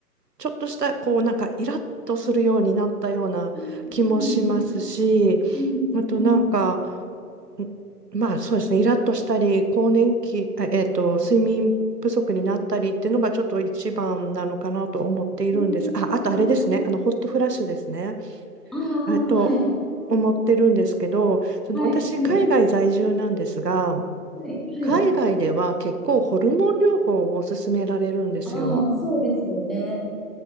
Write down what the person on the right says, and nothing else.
ちょっとしたこうなんかイラッとするようになったような気もしますし
あとなんか、
んまあそうですね、イラッとしたり、更年期、あえっと、睡眠不足になったりっていうのがちょっと一番なのかなと思っているんです。
あ、あとあれですね、あのホットフラッシュですね。
えっと、
思ってるんですけど、その私、
海外在住なんですが、
海外では結構ホルモン療法を勧められるんですよ。